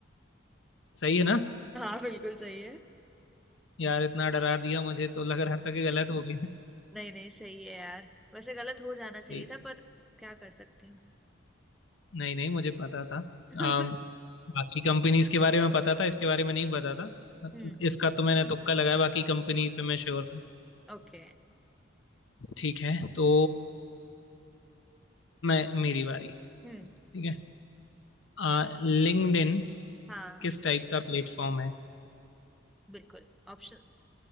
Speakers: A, on the left; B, in the centre.
A: सही है ना
B: हाँ बिल्कुल सही है <laughs>
A: यार इतना डरा दिया मुझे तो लग रहा था कि गलत हो गया
B: नहीं नहीं सही है यार वैसे गलत हो जाना
A: <laughs>
B: चाहिए
A: सही
B: था पर क्या कर सकती हूँ
A: नहीं नहीं मुझे पता था
B: <laughs>
A: अम, बाकी कंपनीज के बारे में पता था इसके बारे में नहीं पता था
B: हम्म
A: इसका तो मैंने तुक्का लगाया बाकी कंपनी पे मैं श्योर था
B: ओके
A: ठीक है तो मैं मेरी बारी
B: हम्म
A: ठीक है लिंक्डइन
B: हाँ
A: किस टाइप का प्लेटफॉर्म है
B: बिल्कुल ऑप्शंस